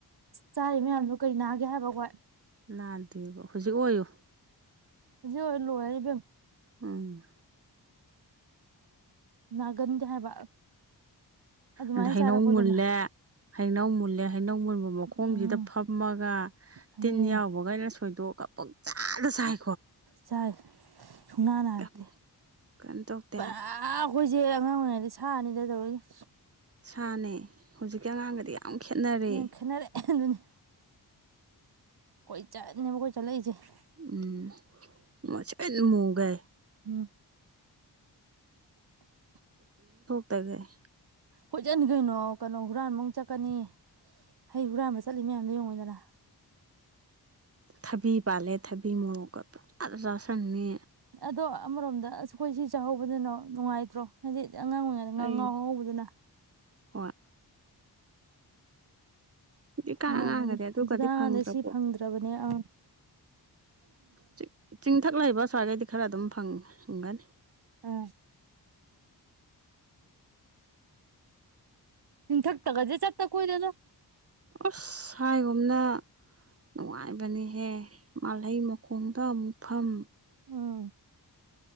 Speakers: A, on the right; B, on the right.
A: ꯆꯥꯔꯤ ꯃꯌꯥꯝꯗꯨ꯫ ꯀꯩ ꯅꯥꯒꯦ ꯍꯥꯏꯕ ꯑꯩꯈꯣꯏ꯫
B: ꯅꯥꯗꯦꯕ꯫ ꯍꯧꯖꯤꯛ ꯑꯣꯏꯌꯣ꯫
A: ꯍꯧꯖꯤ ꯑꯣꯏꯔꯤ ꯂꯣꯏꯔꯦ ꯏꯕꯦꯝꯃ꯫
B: ꯎꯝ꯫
A: ꯅꯥꯒꯟꯗꯦ ꯍꯥꯏꯕ꯫ ꯑꯗꯨꯃꯥꯏꯅ
B: ꯑꯗꯩꯩ ꯍꯩꯅꯧ
A: ꯆꯥꯔꯛꯄꯗꯨꯅ
B: ꯃꯨꯜꯂꯦ ꯍꯩꯅꯧ ꯃꯨꯜꯂꯦ ꯍꯩꯅꯧ ꯃꯨꯟꯕ ꯃꯈꯣꯡꯁꯤꯗ
A: ꯎꯝ
B: ꯐꯝꯃꯒ
A: ꯑꯗꯨꯅꯦ
B: ꯇꯤꯟ ꯌꯥꯎꯕꯒꯩ ꯁꯣꯏ꯫ <unintelligible> ꯄꯥꯪꯆꯗ ꯁꯥꯏ
A: ꯆꯥꯏ ꯁꯨꯨꯡꯅꯥ ꯅꯥꯔꯛꯇꯦ
B: ꯀꯩꯝ ꯀꯩꯝ ꯇꯧꯗꯦ
A: ꯄꯨꯔꯥ
B: ꯍꯥꯏꯕ
A: ꯑꯩꯈꯣꯏꯁꯦ ꯑꯉꯥꯡ ꯑꯣꯏꯔꯤꯉꯩꯗ ꯁꯥꯅꯤꯗ ꯇꯧꯔꯛ
B: ꯁꯥꯅꯦ ꯍꯧꯖꯤꯛꯀꯤ ꯑꯉꯥꯡꯒꯗꯤ ꯌꯥꯝ ꯈꯦꯠꯅꯔꯦ
A: ꯌꯦ ꯈꯅꯔꯦ ꯑꯗꯨꯅꯤ ꯀꯣꯏꯆꯠꯅꯤ ꯑꯩꯈꯣꯌꯅ ꯆꯠꯂꯛꯏꯁꯦ
B: ꯎꯝ ꯃꯨꯁꯤꯟ ꯃꯨꯒꯩ
A: ꯎꯝ <inaudible>
B: ꯇꯥꯂꯦ
A: ꯍꯣꯏꯆꯠꯅꯤ ꯀꯩꯅꯣ ꯀꯩꯅꯣ ꯍꯨꯔꯥꯟꯕꯃꯨ ꯆꯠꯀꯅꯤ ꯍꯩ ꯍꯨꯔꯥꯟꯕ ꯆꯠꯂꯤꯝꯅꯤ ꯌꯦꯡꯉꯨꯗꯅ
B: ꯊꯕꯤ ꯄꯥꯜꯂꯦ ꯊꯕꯤ ꯃꯣꯔꯣꯛꯀ ꯄꯨꯪꯆꯗ ꯆꯥꯥꯁꯟꯅꯤ
A: ꯑꯗꯣ ꯑꯃꯔꯣꯝꯗ ꯑꯁ ꯑꯩꯈꯣꯏ ꯁꯤ ꯆꯥꯍꯧꯕꯗꯅꯣ ꯅꯨꯡꯉꯥꯏꯇ꯭ꯔꯣ ꯍꯥꯏꯗꯤ ꯑꯉꯥꯡ ꯑꯣꯏꯔꯤꯉꯩꯗ
B: ꯐꯩꯅꯦ
A: ꯉꯥ ꯉꯥꯎꯧꯕꯗꯨꯅ
B: ꯍꯣꯏ ꯍꯧꯖꯤꯛꯀꯥꯟ
A: ꯃꯥꯒꯤ
B: ꯑꯉꯥꯡꯒꯗꯤ ꯑꯗꯨꯒꯗꯤ
A: ꯍꯧꯖꯤꯛꯟ ꯑꯉꯥꯪꯗꯤ
B: ꯐꯪꯗ꯭ꯔ
A: ꯁꯤ ꯐꯪꯗ꯭ꯔꯕꯅꯦ ꯑ
B: ꯆꯤ ꯆꯤꯡꯊꯛ ꯂꯩꯕ ꯁ꯭ꯋꯥꯏꯒꯩꯗꯤ ꯈꯔ ꯑꯗꯨꯝ ꯐꯪꯒꯅꯤ
A: ꯑꯥ ꯆꯤꯪꯊꯛꯊꯒꯗꯤ ꯆꯇꯥ ꯀꯨꯏꯔꯦꯗ
B: ꯑꯁ ꯍꯥꯏꯒꯨꯝꯅ ꯅꯨꯡꯉꯥꯏꯕꯅꯤꯍꯦ ꯃꯥꯜꯍꯩ ꯃꯈꯣꯡꯗ ꯑꯃꯨꯛꯐꯝ
A: ꯎꯝ